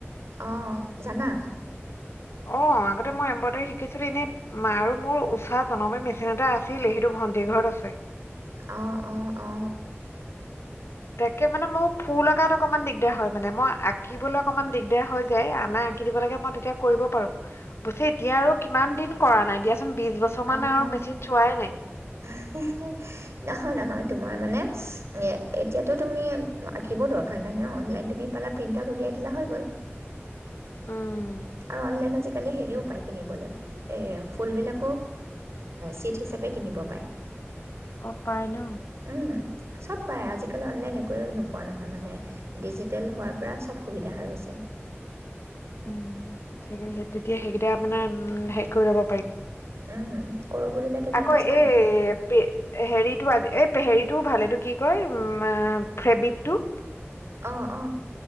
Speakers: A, on the right; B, on the left.
A: অঁ জানা
B: অ', আগতে মই এম্ব্ৰইডাৰী শিকিছিলোঁ। এনে মা, আৰু মোৰ উষা জনবয় মেচিন এটা আছিলেই। সেইটো ভণ্টীৰ ঘৰত আছে।
A: অ', অ', অ'।
B: তাকে মানে মোৰ ফুল অকাত অকণমান দিগদাৰ হয়। মানে, মই আকিবলৈ অকণমান দিগদাৰ হৈ যায়। আনে আকি দিব লাগে, মই তেতিয়া কৰিব পাৰোঁ। পাছে এতিয়া আৰু কিমান দিন কৰা নাই দিয়া দিয়াচোন বিশ বছৰ মান
A: অ', <unintelligible>
B: আৰু মেচিন চোৱাই নাই
A: নহয়, নহয়, তোমাৰ মই, মানে, এ, এতিয়াটো তুমি আঁকিবও দৰকাৰ নাই ন। অনলাইন তুমি পালা, প্ৰিণ্ট আউট উলিয়াই দিলা, হয় গ'ল।
B: উম।
A: আৰু অনলাইন আজি আজিকালি হেৰিও পায়, কিনিবলে। এই ফুলবিলাকো চিট হিচাপে কিনিব পায়।
B: অ', পাই ন?
A: উম, চব পায় আজি আজিকালি অনলাইন একোৱেই নোপোৱা নহয়। মানে, ডিজিটেল হোৱাৰ পৰা চব সুবিধা হৈ গৈছে।
B: উম, তেতিয়া সেইকেইটা, মানে, উম, হেৰি কৰি ল'ব পাৰিম।
A: উম, কৰোঁ বুলিলে তুমি
B: আকৌ
A: ষ্টাৰ্ট
B: এই
A: কৰিব পাৰা
B: পে হেৰিত টো, আজি, এই হেৰিটো ভাল। এইটো কি কয়? আ, ফেব্ৰিকটো
A: অ', অ'।